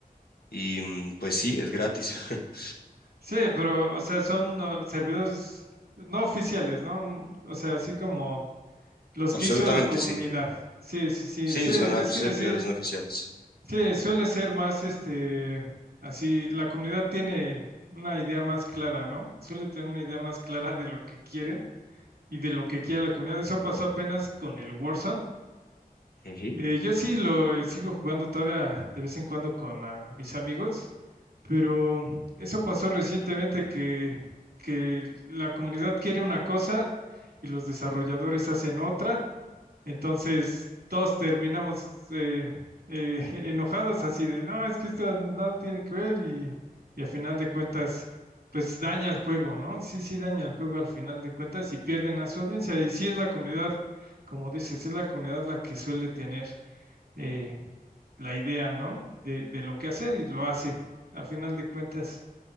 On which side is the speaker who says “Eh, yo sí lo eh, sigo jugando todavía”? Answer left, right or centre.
Right